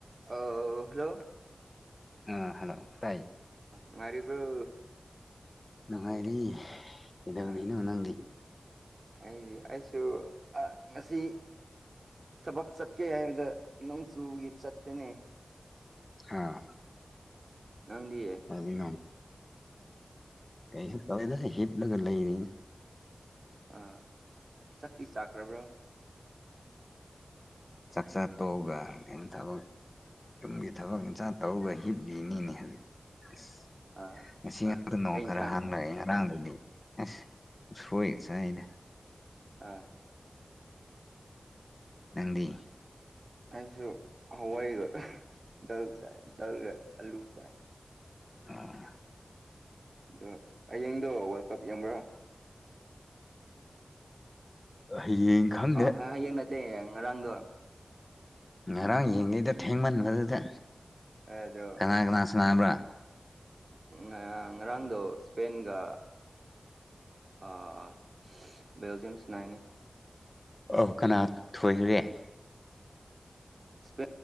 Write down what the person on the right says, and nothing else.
ꯑ ꯍꯜꯂꯣ
ꯉꯥꯔꯔꯤꯕ꯭ꯔꯨ
ꯑ
ꯑꯩꯗꯤ ꯑꯩꯁꯨ ꯑ ꯉꯁꯤ ꯊꯕꯛ ꯆꯠꯀꯦ ꯍꯥꯏꯕꯗ ꯅꯣꯡ ꯆꯨꯕꯒꯤ ꯆꯠꯇꯅꯤ
ꯅꯪꯗꯤ
ꯑꯥ ꯆꯥꯛꯇꯤ ꯆꯥꯛꯈ꯭ꯔꯕ꯭ꯔꯣ
ꯑ
ꯀꯩ
ꯏꯟꯁꯥꯡ
ꯑꯥ
ꯑꯩꯁꯨ ꯍꯋꯥꯏꯒ ꯗꯥꯜ ꯆꯥꯏ ꯗꯥꯜꯒ ꯑꯂꯨ ꯆꯥꯏ
ꯑꯗꯣ ꯍꯌꯦꯡꯗꯣ ꯋꯥꯔꯜ ꯀꯞ ꯌꯦꯡꯕ꯭ꯔꯥ
ꯑ ꯍꯌꯦꯡ ꯅꯠꯇꯦ ꯉꯔꯥꯡꯗꯣ
ꯑꯗꯣ
ꯉꯥ ꯉꯔꯥꯡꯗꯣ ꯏꯁꯄꯦꯟꯒ ꯑꯥ ꯕꯦꯜꯖꯤꯌꯝ ꯁꯥꯅꯩꯅꯦ
ꯏꯁꯄꯦꯟ